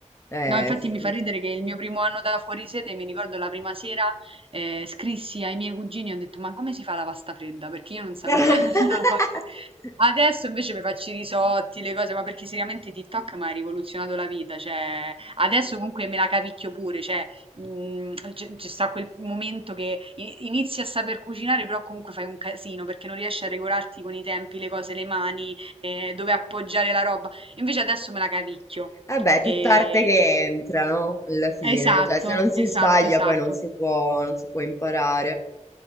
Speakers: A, on the left; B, on the right.
A: Eh,
B: No, infatti
A: sì.
B: mi fa ridere che il mio primo anno da fuori sede, mi ricordo la prima sera, eh, scrissi ai miei cugini e ho detto: Ma come si fa la pasta fredda? Perché io non sapevo
A: <laughs>
B: fare <laughs> nemmeno la pasta fredda. Adesso invece mi faccio i risotti, le cose, ma perché seriamente TikTok mi ha rivoluzionato la vita. Cioè, adesso comunque me la cavicchio pure. Cioè, mm, c'è c'è sta quel momento che i- inizi a saper cucinare, però comunque fai un casino perché non riesci a regolarti con i tempi, le cose, le mani, eh, dove appoggiare la roba. Invece adesso me la cavicchio.
A: Vabbè,
B: E
A: tutta arte che entra, no? Alla fine,
B: Esatto,
A: cioè se non si
B: esatto,
A: sbaglia
B: esatto.
A: poi non si può, non si può imparare.